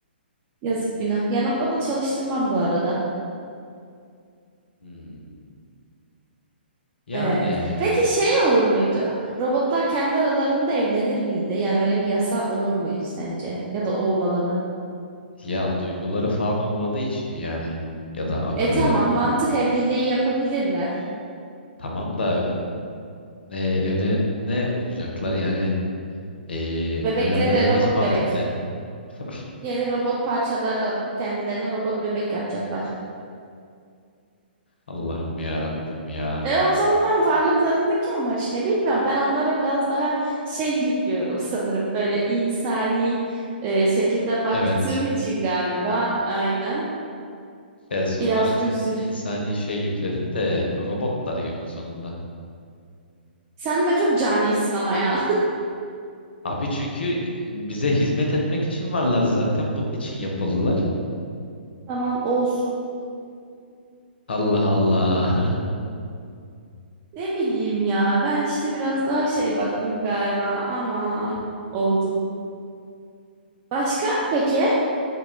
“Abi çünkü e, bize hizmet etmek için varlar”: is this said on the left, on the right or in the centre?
Left